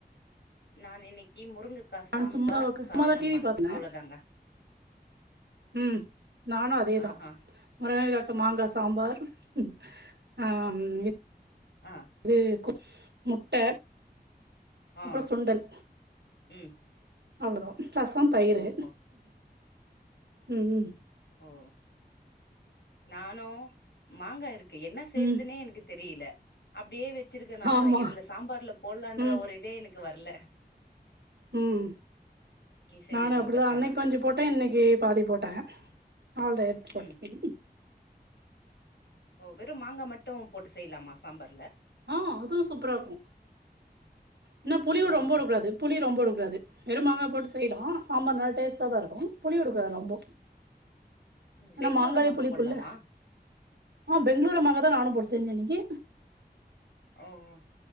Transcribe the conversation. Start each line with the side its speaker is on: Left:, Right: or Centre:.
Left: நான் இன்னிக்கு முருங்க க்கா
Right: நான்
Left: சாம்பார்
Right: சும்மா
Left: சாதம்மா
Right: சும்மாதா டிவி பாத்தே
Left: அவ்வளோதாங்க
Right: ம் நானு அதேதா
Left: ஆஹா
Right: முருங்கா மாங்கா சாம்பார் ம் ஆ ம் இத்
Left: ஆ
Right: து கோ முட்ட
Left: ஆ
Right: அப்புற சுண்டல்
Left: ம்
Right: அவ்ளோதா ரசம் தயிரு
Left: ஓஹோ
Right: ம் ம்
Left: ஓ நானு மாங்கா இருக் கு என்ன செய்யறதுனே
Right: ம்
Left: எனக்கு தெரியல அப்டியே வச் வச்சிருக்கேனா
Right: ஆமா
Left: இதுல சாம்பார்ல போடலான்ற
Right: ம்
Left: ஒரு இதே எனக் வர்ல
Right: ம்
Left: செஞ்சிருவே
Right: நானு அப்டிதா
Left: பேசாம
Right: அன்னைக்கு கொஞ்ச போட்டே இன்னைக்கு பாதி போட்டே அவள்ட எடுத்து போட்டே
Left: ம் ஓ வெறும் மாங்கா மட்டு போட்டு செய்யலாமா சாம்பார்
Right: ம் அதுவு சூப்பரா இருக்கு என்ன புளிய
Left: ஓஹோ
Right: ரொம்ப வுடக்கூடாது புளி ரொம்ப வுடக் து வெறும் மாங்கா போட்டு செய்யிடம் சாம்பார் நல்லா டேஸ்டா தா இருக்கு புளி வுட்கூடாது ரொம்ப என்ன
Left: பெங்களூர்
Right: மாங்காள
Left: மாங்கா
Right: புளிப்பு
Left: போட்லாமா
Right: இல்ல ஆ பெங்களூரு மாங்கா தா நானு போட செஞ்சு இன்னிக்கு
Left: ஓ ஓ